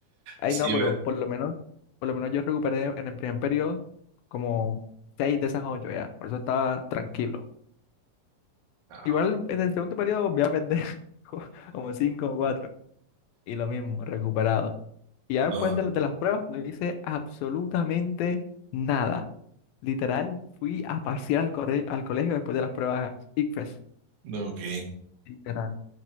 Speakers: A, on the left; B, on the right.
A: Ay,
B: Sí,
A: no, pero
B: ¿verdad?
A: por lo menos, por lo menos yo recuperé en el primer periodo como 6 de esas 8 ya. Por eso estaba tranquilo.
B: Ah,
A: Igual en el segundo periodo voy a perder <laughs> co- como 5 o 4 y lo mismo, recuperado. Y ya
B: No,
A: después de, de las pruebas no hice absolutamente nada. Literal, fui a pasear al, corre- al colegio después de las pruebas ICFES.
B: no, ok.
A: Literal.